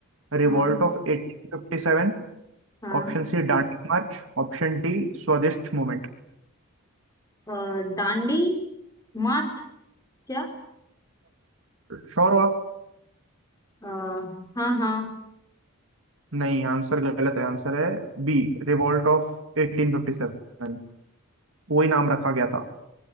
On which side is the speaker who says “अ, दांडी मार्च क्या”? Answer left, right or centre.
Left